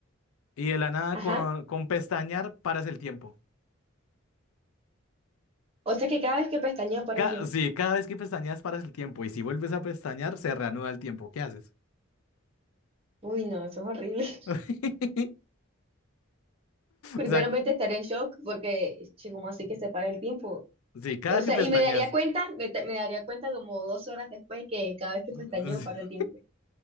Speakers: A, on the left; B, on the right.
A: y de la nada
B: Ajá.
A: con, con pestañear paras el tiempo?
B: O sea, que cada vez que pestañeo para
A: Ca-
B: el tiempo.
A: sí, cada vez que pestañeas paras el tiempo y si vuelves a pestañear se reanuda el tiempo. ¿Qué haces?
B: Uy, no, eso es horrible. <laughs>
A: <laughs>
B: Primeramente
A: O sea,
B: estaré en shock porque, che, ¿cómo así que se para el tiempo?
A: sí, cada
B: O sea,
A: que pestañeas.
B: y me daría cuenta, me, te- me daría cuenta como dos horas después que cada vez que
A: <laughs>
B: pestañeo para el tiempo.